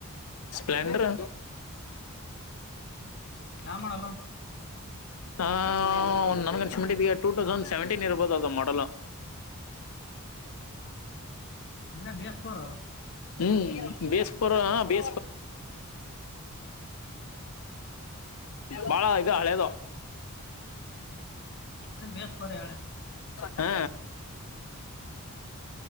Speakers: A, on the left (about 80°); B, on the left (about 50°).
A: ಸ್ಪಲೆಂಡರ್
B: ಯಾ ಮಾಡಲ್ಲ
A: ಆ ಒ್ ನಂ ಚಿದ ಟೂ ತೌಸಂಡ್ ಸೆವೆಂಟೀನ್ ಇರ್ಬೋದು ಅದು ಮಾಡೋಲ್
B: ಅಂದ್ರೆ ಬೇಸ್ತರ
A: ಹ್ಮ್ ಬೇಷ ಪರ ಬೇ ಬಾಳ ಆಯ್ ಇ ಹಳೆದ
B: ಅಂದ್ರೆ ಬೇಸ್ ಫೋರ್ ಹೇಳಿ
A: ಹಾ